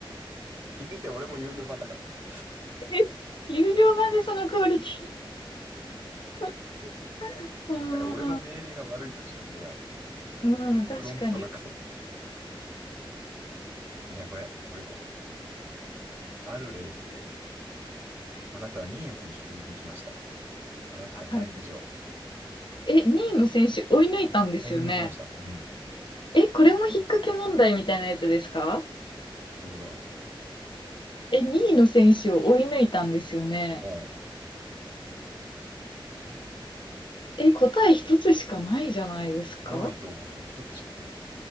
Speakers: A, on the right (about 25°); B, on the left (about 60°).
A: 言うて俺も有料版だから、これ。も
B: <laughs> 有料版でそのクオリティ。<laughs> ああ、
A: はや俺の命令が悪いとしか言いようがない、これね。
B: うん、確かに。
A: プロンプトがクソ。じゃあ、これ、これ行こう。あるレースで、あなたは2位の選手を追い抜きました。あなたはないでしょ
B: はい。え、2位の選手追い抜いたんですよね。
A: う。追い抜きました。うん。
B: え、これも引っ掛け問題みたいなやつですか
A: どうだろ
B: え、2位の選手を追い抜いたんですよね。
A: う。うん。え
B: え、答え一つしかないじゃないですか
A: ないと思うよ。一つしかないよ。